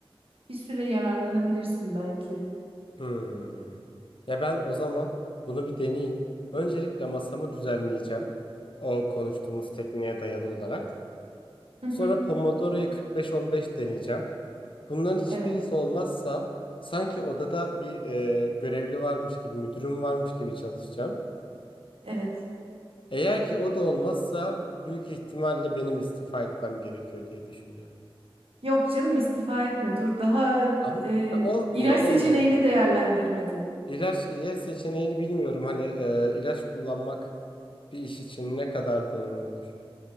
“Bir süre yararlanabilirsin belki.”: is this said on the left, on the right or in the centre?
Right